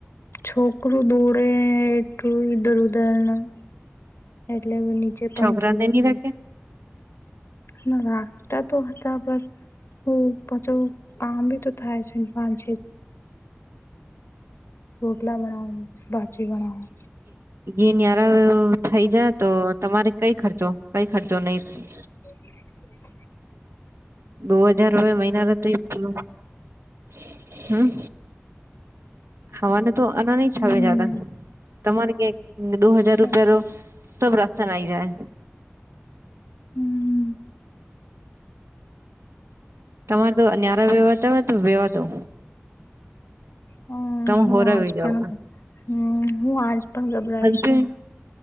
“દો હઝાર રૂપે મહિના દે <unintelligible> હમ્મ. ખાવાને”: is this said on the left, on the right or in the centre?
Right